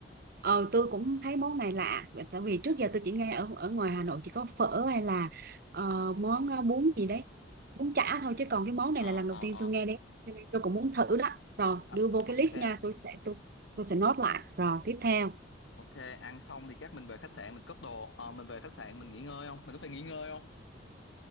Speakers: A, on the right; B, on the left.
A: ờ tôi cũng thấy món này lạ Và tại vì trước giờ tôi chỉ nghe ở ở ngoài Hà Nội chỉ có phở hay là ờ, món ờ, bún gì đấy bún chả thôi chứ còn cái món này
B: Ờ
A: là lần
B: ờ
A: đầu tiên
B: ờ.
A: tôi nghe đấy cho nên tôi cũng muốn thử đó rồi
B: Ờ,
A: đưa vô
B: Ok.
A: cái list nha tôi sẽ tôi tôi sẽ nốt lại rồi tiếp theo
B: Ok, ăn xong thì chắc mình về khách sạn mình cất đồ, Ờ, mình về khách sạn mình nghỉ ngơi không? Mình có phải nghỉ ngơi không?